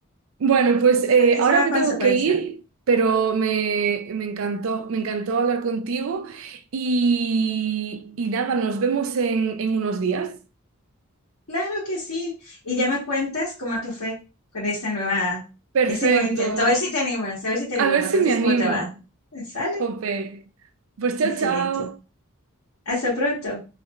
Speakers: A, on the right (about 65°); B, on the left (about 85°).
A: Bueno, pues
B: Es
A: eh,
B: una, es
A: ahora
B: una
A: me
B: consecuencia.
A: tengo que ir, pero me, me encantó, me encantó hablar contigo y, y nada, nos vemos en, en unos días.
B: Claro que sí. Y ya me cuentas cómo te fue con esta nueva,
A: Perfecto.
B: ese nuevo intento. A ver si te animas, a ver si te animas.
A: A ver
B: Me
A: si
B: cuentas
A: me animo.
B: cómo te va. Sale.
A: Jope. Pues chao,
B: Excelente.
A: chao.
B: Hasta pronto.